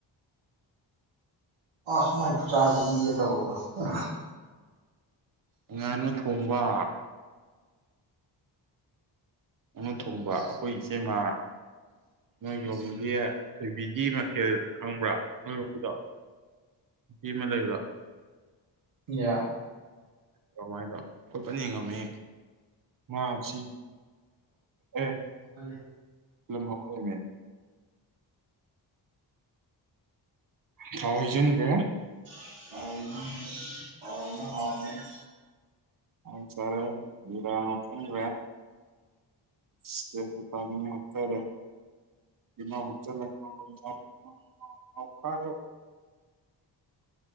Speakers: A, on the right; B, on the right.
A: ꯑꯥꯁ ꯃꯥꯏ ꯈꯨꯆꯥꯁꯤꯗꯤ ꯇꯧꯔꯛꯎ <unintelligible>
B: ꯉꯥꯅꯨ ꯊꯣꯡꯕ ꯉꯥꯅꯨ ꯊꯣꯡꯕ ꯑꯩꯈꯣꯏ ꯏꯆꯦꯝꯃꯥ ꯅꯣꯏ ꯔꯣꯝꯍꯣꯏꯒꯤ ꯊꯣꯏꯕꯤꯒꯤ ꯃꯊꯦꯜ ꯈꯪꯕ꯭ꯔꯥ ꯅꯣꯏꯔꯣꯝꯒꯤꯗꯣ ꯅꯨꯄꯤ ꯑꯃ ꯂꯩꯕꯗꯣ
A: ꯌꯥ
B: ꯀꯃꯥꯏꯅ <unintelligible> ꯌꯦꯡꯉꯝꯃꯦ ꯃꯥꯁꯤ ꯑꯦ
A: ꯍꯧꯃꯜꯂꯦ
B: ꯂꯝ ꯍꯧꯔꯦꯅꯦ ꯊꯥꯎ ꯍꯩꯖꯤꯟꯒ꯭ꯔꯦ
A: <unintelligible>
B: ꯈꯥꯡ ꯁꯥꯔꯦ ꯖꯤꯔꯥ ꯍꯥꯞꯆꯤꯟꯒ꯭ꯔꯦ ꯇꯦꯖꯕꯇꯥ ꯃꯅꯥ ꯍꯥꯞꯊꯔꯦ ꯇꯤꯜꯂꯧ ꯍꯥꯞꯆꯤꯜꯂꯦ ꯉꯧꯔꯦ ꯉꯧꯔꯦ ꯉꯧꯔꯦ ꯉꯧꯔꯦ ꯉꯧꯈꯥꯏꯌꯨ
A: <inaudible>